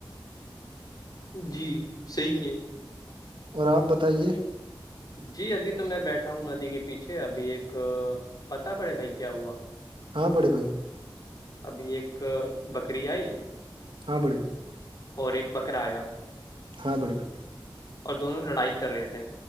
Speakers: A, on the left (about 45°); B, on the right (about 70°).
A: جی صحیح کی
B: اور آپ بتائیے
A: جی ابھی تو میں بیٹھا ہوں ندی کے پیچھے ابھی ایک پت پڑے بھائی کیا ہوا
B: ہاں بڑے بھائی
A: ابھی ایک بکری آئی
B: ہاں بڑھ گ
A: اور ایک بکرایا
B: ہاں بڑے بھائی
A: اور دونوں لڑائی کر رہے تھے